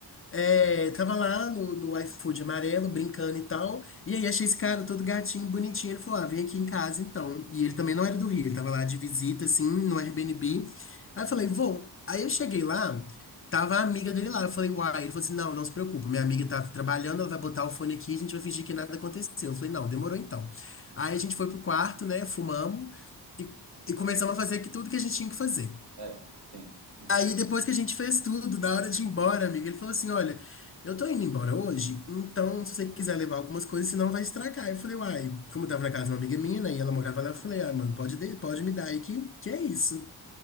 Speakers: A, on the left (about 30°); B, on the right (about 80°).
A: É, tava lá no, no iFood amarelo, brincando e tal. E aí achei esse cara todo gatinho, bonitinho. Ele falou: ah, vem aqui em casa então. E ele também não era do Rio, ele tava lá de visita, assim, no Airbnb. Aí eu falei: vou. Aí eu cheguei lá, tava a amiga dele lá. Eu falei: uai. Ele falou assim: não, não se preocupa, minha amiga tá trabalhando, ela vai botar o fone aqui, a gente vai fingir que nada aconteceu. Eu falei: não, demorou então. Aí a gente foi pro quarto, né, fumamos e, e começamos a fazer aqui tudo que a gente tinha que fazer.
B: é, sim. Hum.
A: Aí depois que a gente fez tudo, na hora de ir embora, amigo, ele falou assim: Olha, eu tô indo embora hoje, então se você quiser levar algumas coisas, senão vai estragar. Eu falei, uai, como eu tava na casa de uma amiga minha, né, e ela morava lá, eu falei, ah, mano, pode, de- pode me dar aí que, que é isso.